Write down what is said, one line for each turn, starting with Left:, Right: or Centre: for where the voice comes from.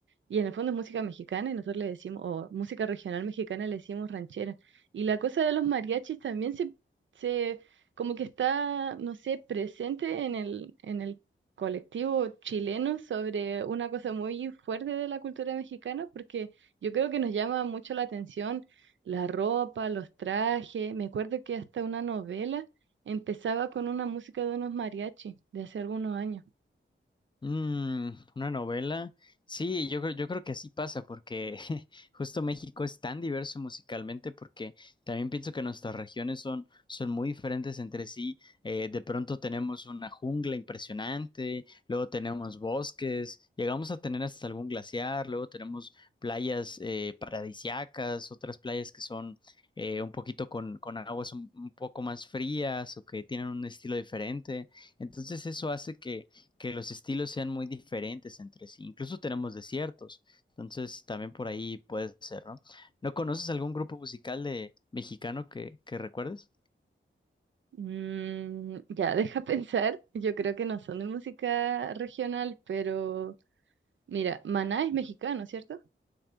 Right: y en el fondo es música mexicana y nosotros le decimos, o música regional mexicana le decimos ranchera. Y la cosa de los mariachis también se, se como que está, no sé, presente en el, en el colectivo chileno sobre una cosa muy fuerte de la cultura mexicana, porque yo creo que nos llama mucho la atención la ropa, los trajes. Me acuerdo que hasta una novela empezaba con una música de unos mariachis de hace algunos años.
Left: Mm, una novela. Sí, yo, creo- yo creo que así pasa porque <laughs> justo México es tan diverso musicalmente porque también pienso que nuestras regiones son, son muy diferentes entre sí. Eh, de pronto tenemos una jungla impresionante, luego tenemos bosques, llegamos a tener hasta algún glaciar, luego tenemos playas eh, paradisiacas, otras playas que son eh, un poquito con, con aguas un un poco más frías o que tienen un estilo diferente. Entonces eso hace que que los estilos sean muy diferentes entre sí. Incluso tenemos desiertos, entonces también por ahí puede ser, ¿no? ¿No conoces algún grupo musical de mexicano que, que recuerdes?
Right: Mm, ya, deja <laughs> pensar. Yo creo que no son de música regional, pero mira, Maná es mexicano, ¿cierto?